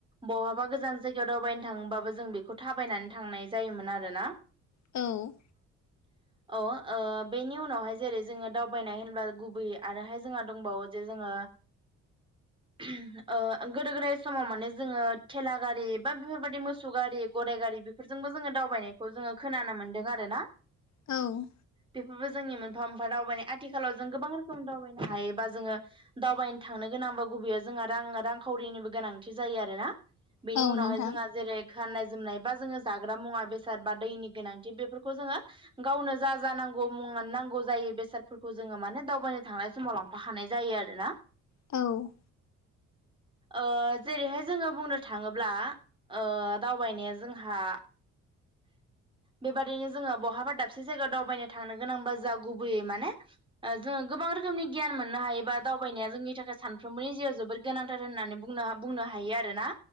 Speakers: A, on the right; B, on the left.
A: बहाबा गोजान जायगायाव दावबायनो थाङोबाबो जों बेखौ थाबायनानै थांनाय जायोमोन आरोना।
B: औ
A: <inaudible> अ ओ बेनि उनावहाय जेरै जोङो दावबायनाय होनब्ला गुबै आरोहाय जोंहा दंबावो जे जोङो <inaudible> ओ गोदो गोदाय समाव माने जोङो थेला गारि बा बेफोरबायदि मोसौ गारि गरायगारि बेफोरजोंबो जोङो दावबायनायखौ जोङो खोनानो मोनदों आरोना।
B: औ
A: बेफोरबो जोंनि मोनफा मोनफा दावबायनाय आथिखालाव जों गोबां रोखोम दावबायनो हायोबा जोङो दावबायनो थांनो गोनांबा गुबैयाव जोंहा रां रांखावरिनिबो गोनांथि जायो आरोना। बेनि
B: औ
A: उनावहाय
B: नोंथां
A: जोंहा जेरै खाननाय जोमनाय बा जोङो जाग्रा मुवा बेसाद बा दैनि गोनांथि बेफोरखौ जोङो गावनो जा जानांगौ मुं नांगौ जायो बेसादफोरखौ जोङो माने दावबायनो थांनाय समाव लां फाखानाय जायो आरो ना।
B: औ
A: ओ जेरैहाय जोङो बुंनो थाङोब्ला ओ दाव बायनाया जोंहा बेबायदिनो जोङो बहाबा दाबसे जायगायाव दावबायनो थांनो गोनांबा जा गुबैयै माने ओ जों गोबां रोखोमनि गियान मोननो हायो एबा दावबायनाया जोंनि थाखाय सानफ्रोमबोनि जिउआव जोबोद गोनांथार होननानै बुंनो बुंनो हायो आरोना।